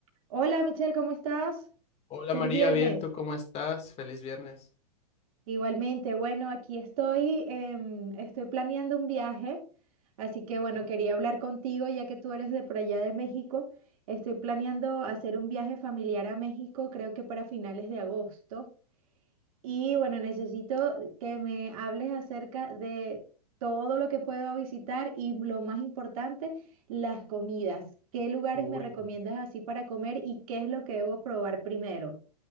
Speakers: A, on the right; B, on the left.
A: Hola Michelle, ¿cómo estás?
B: Hola
A: Feliz
B: María,
A: viernes.
B: bien, ¿tú cómo estás? Feliz viernes.
A: Igualmente, bueno, aquí estoy, em, estoy planeando un viaje, así que bueno,
B: ¿no?
A: quería hablar contigo ya que tú eres de por allá de México. Estoy planeando hacer un viaje familiar a México, creo que para finales de agosto. Y bueno, necesito que me hables acerca de todo lo que puedo visitar y lo más importante, las comidas. ¿Qué lugares
B: Uy,
A: me recomiendas así para comer y qué es lo que debo probar primero?